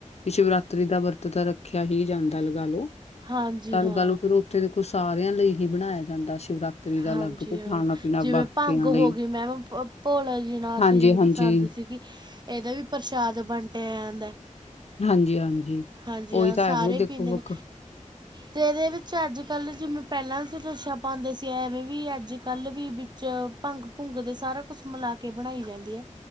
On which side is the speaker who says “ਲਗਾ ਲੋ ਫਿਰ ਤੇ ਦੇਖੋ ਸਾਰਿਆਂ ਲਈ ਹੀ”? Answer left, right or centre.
Left